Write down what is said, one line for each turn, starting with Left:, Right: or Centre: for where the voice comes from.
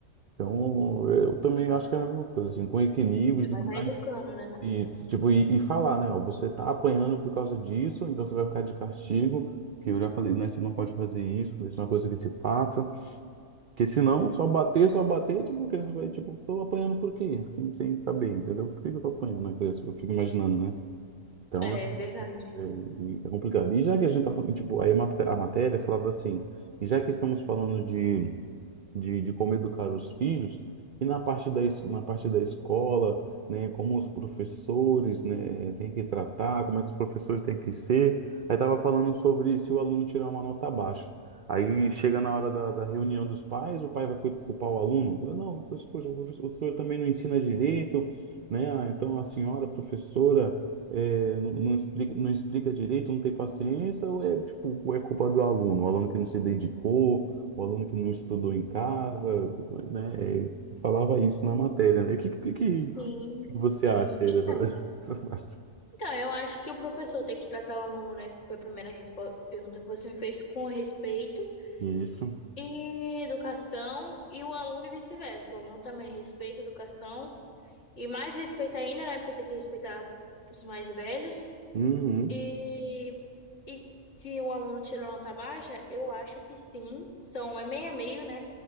Right: então eu também acho que é a mesma coisa, assim, com equilíbrio
Left: Você
Right: e
Left: vai
Right: tudo
Left: estar
Right: mais,
Left: educando, né?
Right: e, tipo, e, e falar, né, ó, você tá apanhando por causa disso, então você vai ficar de castigo, que eu já falei, né, você não pode fazer isso, isso é uma coisa que se passa, porque senão, só bater, só bater, tipo, porque você vai, tipo, tô apanhando por quê? Sem, sem saber, entendeu? Por que que eu tô apanhando? né? Eu fico imaginando, né? Então,
Left: É verdade.
Right: é, é é complicado. E já que a gente tá falando, tipo, aí a maté- a matéria falava assim, e já que estamos falando de de, de como educar os filhos, e na parte da, es- na parte da escola, né, como os professores, né, têm que tratar, como é que os professores têm que ser. Aí estava falando sobre se o aluno tirar uma nota baixa. Aí chega na hora da, da reunião dos pais, o pai vai cu- culpar o aluno. Fala, Não, poxa, poxa, o professor o senhor também não ensina direito, né? Ah, então a senhora professora eh, não, não explica, não explica direito, não tem paciência, ou é, tipo, ou é culpa do aluno, o aluno que não se dedicou, o aluno que não estudou em casa, né? Falava isso na matéria, né? O que, que, que
Left: Sim,
Right: você
Left: sim.
Right: acha aí
Left: Então,
Right: dessa, <laughs> dessa parte?
Left: Então, eu acho que o professor tem que tratar o aluno, né? que Foi a primeira respo- pergunta que você me fez com respeito
Right: Isso.
Left: e educação, e o aluno e vice-versa. O aluno também respeita a educação, e mais respeito ainda, né? Porque tem que respeitar os mais velhos.
Right: Uhum,
Left: E, e se o aluno tira nota baixa, eu acho que sim, são é meio a meio, né?